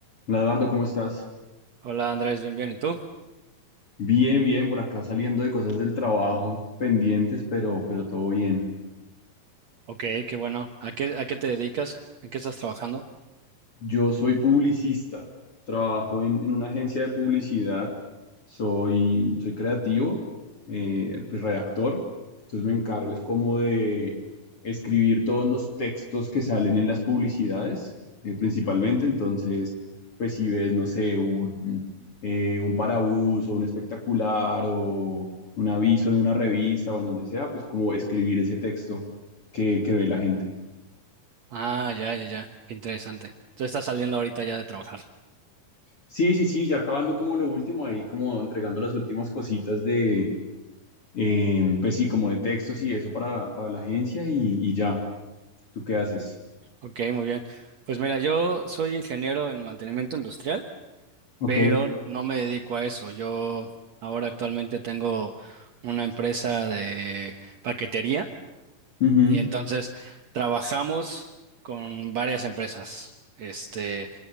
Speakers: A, on the left; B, on the right.
A: Hola, Eduardo, ¿cómo estás?
B: Hola Andrés, bien, bien. ¿Y tú?
A: Bien, bien, por acá saliendo de cosas del trabajo pendientes, pero, pero todo bien.
B: Ok, qué bueno. ¿A qué, a qué te dedicas? ¿En qué estás trabajando?
A: Yo soy publicista, trabajo en, en una agencia de publicidad, soy, soy creativo, eh, pues redactor, entonces me encargo es como de escribir todos los textos que salen en las publicidades, eh, principalmente, entonces, pues si ves, no sé, un, eh, un parabús o un espectacular o un aviso en una revista o en donde sea, pues como escribir ese texto que, que ve la gente.
B: Ah, ya, ya, ya. Qué interesante. Entonces estás saliendo ahorita ya de trabajar.
A: Sí, sí, sí, ya acabando como lo último ahí, como entregando las últimas cositas de, eh, pues sí, como de textos y eso para, para la agencia y, y ya, ¿tú qué haces?
B: Ok, muy bien. Pues mira, yo soy ingeniero en mantenimiento industrial,
A: Ok.
B: pero no me dedico a eso. Yo ahora actualmente tengo una empresa de paquetería
A: Ujú.
B: Y entonces trabajamos con varias empresas, este,